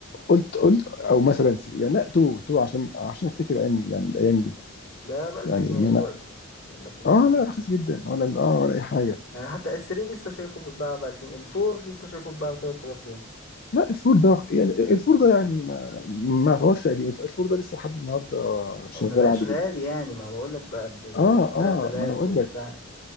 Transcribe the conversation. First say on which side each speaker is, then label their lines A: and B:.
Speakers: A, on the left; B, on the left.
A: قلت قلت او مثلا 3 يعني لا 2 2 عشان عشان افتكر ايام يعني الايام دي
B: ده ب 1000
A: يعني
B: جنيه
A: ان
B: دلوقتي
A: انا
B: ولا ب 500
A: اه
B: جنيه
A: لا رخيص جدا ولا ال- اه ولا اي حاجه
B: يعني حتى الثري لسه شايفه بيتباع ب 2000 الفور لسه شايفه بيتباع ب 3000 جنيه
A: لا الفور ده يعني الفور ده يعني ما ما يعتبرش قديم الفور ده لسه لحد النهارده شغال
B: ما بقاش
A: عادي
B: غالي
A: جدا
B: يعني ما بقول لك بقى ب ب-
A: اه
B: ب 3000
A: اه ما انا بقول
B: وبتاع
A: لك